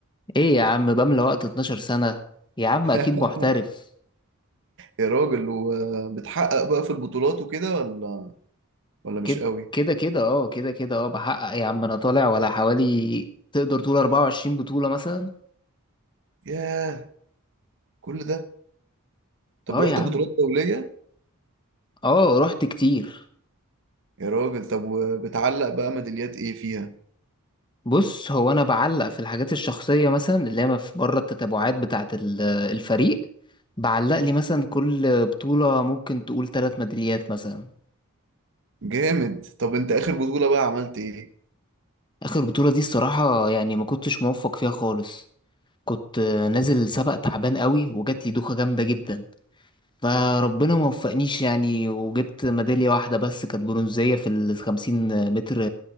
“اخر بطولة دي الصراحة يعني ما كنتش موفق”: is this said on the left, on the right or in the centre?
Left